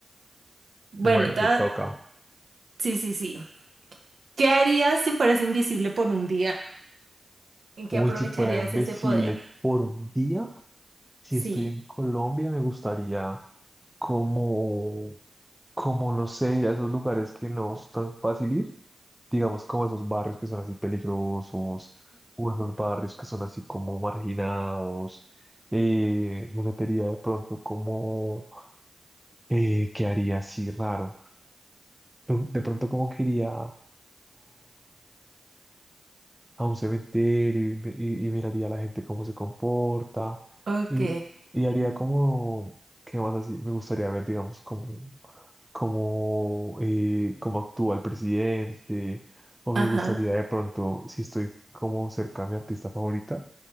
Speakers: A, on the right (about 70°); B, in the centre.
A: Bueno,
B: Bueno,
A: ta-
B: te toca.
A: sí, sí, sí. ¿Qué harías si fueras invisible por un día? ¿En qué
B: Uy,
A: aprovecharías
B: si fuera invencible
A: ese poder?
B: por un día, si
A: Sí.
B: estoy en Colombia, me gustaría como, como no sé, ir a esos lugares que no es tan fácil ir, digamos como esos barrios que son así peligrosos, o esos barrios que son así como marginados. Eh, me metería de pronto como, eh, ¿qué haría así raro? De pronto como que iría a, a un cementerio y, y- y miraría a la gente cómo se comporta
A: Ok,
B: y, y haría como, ¿qué más así? Me gustaría ver, digamos, cómo, cómo, eh, cómo actúa el presidente o me
A: ajá.
B: gustaría de pronto, si estoy como cerca a mi artista favorita,